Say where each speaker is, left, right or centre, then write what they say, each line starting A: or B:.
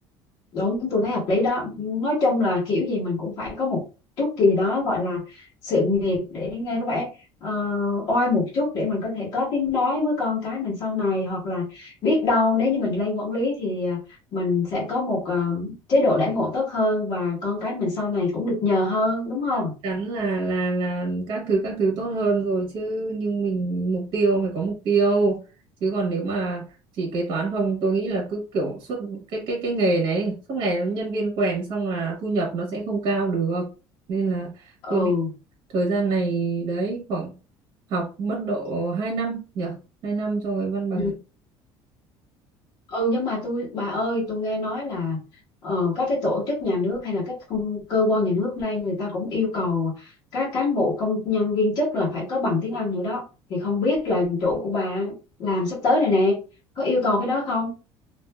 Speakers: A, on the left; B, on the right.
A: đúng tôi thấy hợp lý đó nói chung là kiểu gì mình cũng phải có một chút gì đó gọi là sự nghiệp để nghe có vẻ ờ, oai một chút để mình có thể có tiếng nói với con cái mình sau này hoặc là biết đâu nếu như mình lên quản lý thì à, mình sẽ có một ờ, chế độ đãi ngộ tốt hơn và con cái mình sau này cũng được nhờ hơn đúng không
B: chắc chắn là là là các thứ các thứ tốt hơn rồi chứ nhưng mình mục tiêu phải có mục tiêu chứ còn nếu mà chỉ kế toán không tôi nghĩ là cứ kiểu suốt cái cái cái nghề này suốt ngày nhân viên quèn xong là thu nhập nó sẽ không cao được nên là tôi
A: ừ
B: định thời gian này đấy khoảng học mất độ 2 năm nhở 2 năm cho cái văn bằng
A: ừ. ừ nhưng mà tôi bà ơi tôi nghe nói là ờ, các cái tổ chức nhà nước hay là các công- cơ quan nhà nước nay người ta cũng yêu cầu các cán bộ công nhân viên chức là phải có bằng tiếng Anh nữa đó thì không biết là chỗ của bà làm sắp tới này nè có yêu cầu cái đó không